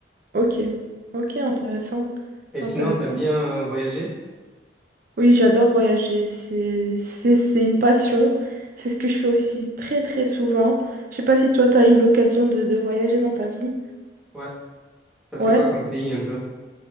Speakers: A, on the right; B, in the centre.
A: Ok, ok, intéressant,
B: Et
A: intéressant.
B: sinon, t'aimes bien euh, voyager?
A: Oui, j'adore voyager, c'est, c'est, c'est une passion, c'est ce que je fais aussi très très souvent. Je sais pas si toi t'as eu l'occasion de, de voyager dans ta vie.
B: Ouais. Ça
A: Ouais,
B: fait quoi comme pays un peu?